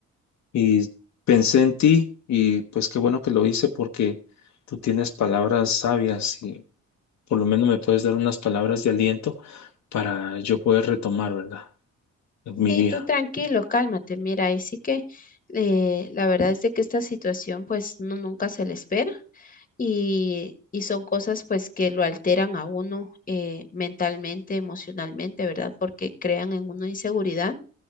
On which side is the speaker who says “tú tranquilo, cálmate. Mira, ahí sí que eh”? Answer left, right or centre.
Left